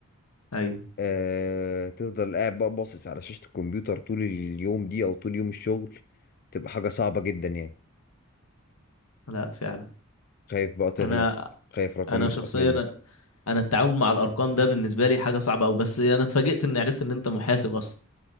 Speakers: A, on the left (about 80°); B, on the left (about 40°).
A: ايوه
B: آه... تفضل قاعد بقى باصص على شاشة الكمبيوتر طول اليوم دي او طول يوم الشغل تبقى حاجة صعبة جدا يعني
A: لا فعلا
B: خايف بقى تغلط
A: انا
B: خايف رقم
A: انا
B: يسقط
A: شخصيا
B: منك
A: انا أنا التعامل مع الارقام ده بالنسبه لي حاجه صعبه قوي بس انا اتفاجئت اني عرفت ان انت محاسب اصلا